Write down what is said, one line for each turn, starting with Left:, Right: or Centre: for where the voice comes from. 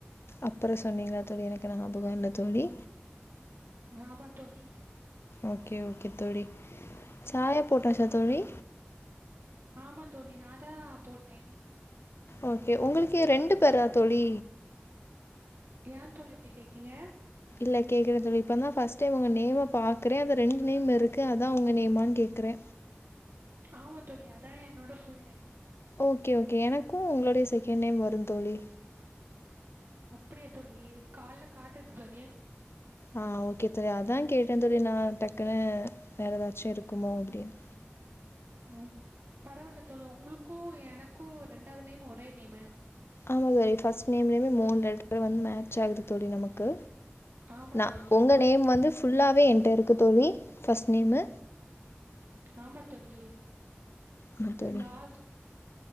Left: அப்புற சொன்னீங்களா தோழி எனக்கு நாபக இல்ல தோழி
Right: ஆமா தோழி
Left: ஓகே ஓகே தோழி சாய போட்டாச்சா தோழி
Right: ஆமா தோழி நாதா போட்டே
Left: ஓகே உங்களுக்கு ரெண்டு பேரா தோழி
Right: ஏன் தோழி இப்டி கேக்கீங்க
Left: இல்ல கேக்குற தோழி இப்ப தா ஃப்ஸ்ட் டைம் உங்க நேம பாக்குறே அதா ரெண்டு நேம் இருக்கு அதா உங்க நேம்மானு கேக்குறே
Right: ஆமா தோழி அதா என்னோட ஃபுல் நேம்
Left: ஓகே ஓகே எனக்கு உங்களுடைய செகண்ட் நேம் வருந் தோழி
Right: அப்டியா தோழி கால்ல காட்டுது தோழி
Left: ஆ ஓகே தோழி அதா கேட்டே தோழி நா டக்குனு வேறு ஏதாச்சு இருக்குமோ அப்டின்னு
Right: ம் பரவாயில்ல தோழி உங்களுக்கு எனக்கு ரெண்டாவது நேம் ஒரே நேமு
Left: ஆமா தோழி ஃபர்ஸ்ட் நேம்லேயுமே மூணு லெட்டர் வந்து மேட்ச் ஆகுது தோழி நமக்கு
Right: ஆமா
Left: ந
Right: தோழி
Left: உங்க நேம் வந்து ஃபுல்லாவே என்ட இருக்கு தோழி ஃபர்ஸ்ட் நேமு
Right: ஆமா தோழி
Left: ஆமாம் தோழி
Right: லாஸ்